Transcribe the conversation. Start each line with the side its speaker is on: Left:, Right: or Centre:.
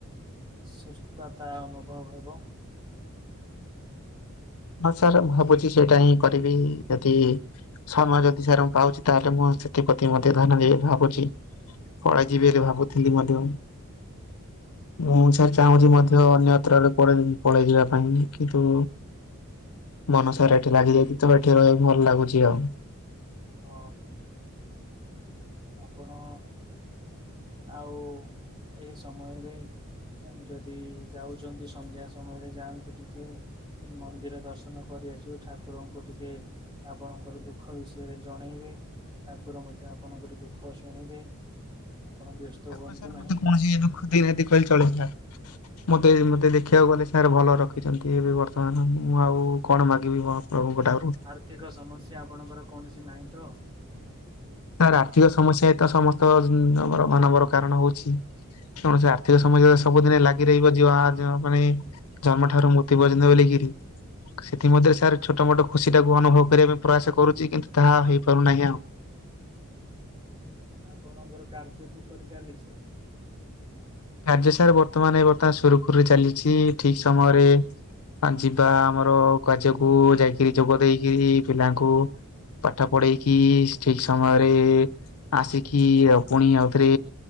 Right: ସୁସ୍ଥତା ଅନୁଭବ ହେବ।
Left: ହଁ ସାର୍ ମୁ ଭାବୁଛି ସେଇଟା ହିଁ କରିବି ଯଦି ସମୟ ଯଦି ସାର୍ ମୁଁ ପାଉଛି। ତାହେଲେ ମୁଁ ସେଥିପତି ମଧ୍ୟ ଧ୍ୟାନ ଦେବି ଭାବୁଛି। ପଳେଇ ଯିବି ବୋଲି ଭାବୁଥିଲି ମଧ୍ୟ। ମୁଁ ସାର୍ ଚାହୁଁଛି ମଧ୍ୟ ଅନ୍ୟତ୍ରରେ ପଳେଇ ପଳେଇଯିବା ପାଇଁ କିନ୍ତୁ। ମନ ସାର ଏଠି ଲାଗିଯାଇଛି, ତ ଏଠି ରହିବାକୁ ଭଲ ଲାଗୁଛି ଆଉ।
Right: ହଁ। ଆପଣ ଆଉ ଏଇ ସମୟରେ। ଯଦି ଯାଉଛନ୍ତି ସନ୍ଧ୍ୟା ସମୟରେ ଯାଆନ୍ତୁ ଟିକେ। ମନ୍ଦିର ଦର୍ଶନ କରି ଆସିବୁ ଠାକୁରଙ୍କୁ ଟିକେ। ଆପଣଙ୍କର ଦୁଃଖ ବିଷୟରେ ଜଣେଇବେ ଠାକୁର ମଧ୍ୟ ଆପଣଙ୍କର। ଦୁଃଖ ଶୁଣିବେ। ଆପଣ ବ୍ୟସ୍ତ
Left: ଠାକୁର
Right: ହୁଅନ୍ତୁ
Left: ସାର୍
Right: ନାହିଁ।
Left: ମତେ କୌଣସି ଦୁଃଖ ଦେଇନାହାନ୍ତି କହିଲେ ଚଲିବ ସାର୍। ମତେ ମତେ ଦେଖିବାକୁ ଗଲେ ସାର୍ ଭଲ ରଖିଛନ୍ତି ଏବେ ବର୍ତ୍ତମାନ ମୁଁ ଆଉ କଣ ମାଗବି। ବି ମହା ପ୍ରଭୁଙ୍କ ଠାରୁ।
Right: ଆର୍ଥିକ ସମସ୍ୟା ଆପଣଙ୍କର କୌଣସି ନାହିଁ ତ।
Left: ସାର୍ ଆର୍ଥିକ ସମସ୍ୟା ଏତ ସମସ୍ତ ମାନବର କାରଣ ହଉଛି। ଶୁଣ ସାର ଆର୍ଥିକ ସମସ୍ୟା ସବୁଦିନେ ଲାଗ। ଲାଗିରହିବ ଯ ମାନେ ଜନ୍ମ ଠାରୁ ମୃତ୍ୟୁ ପର୍ଯ୍ୟନ୍ତ ବୋଲିକିରି ସେଥିମନ୍ଧରେ ସାର୍ ଛୋଟ ମୋଟ ଖୁସି ଟାକୁ ଅନୁଭବ କରିବା ପାଇଁ ପ୍ରୟାସ କରୁଛି କିନ୍ତୁ ତାହା ହେଇପାରୁନାହିଁ ଆଉ।
Right: ଆପଣଙ୍କର କାର୍ଯ୍ୟ କିପରି ଚାଲିଛି?
Left: କାର୍ଯ୍ୟ ସାର୍ ବର୍ତ୍ତମାନ୍ ଏ ବର୍ତ୍ତା ସୁରୁଖୁରୁ ରେ ଚାଲିଛି ଠିକ୍ ସମୟରେ ଆଁ ଯିବା ଆମର କାର୍ଯ୍ୟକୁ ଯାଇ କିରି ଯୋଗ ଦେଇକିରି ପିଲାଙ୍କୁ ପାଠ ପଢେଇକି ଠିକ୍ ସମୟରେ ଆସିକି ଆଉ ପୁଣି ଆଉ ଥରେ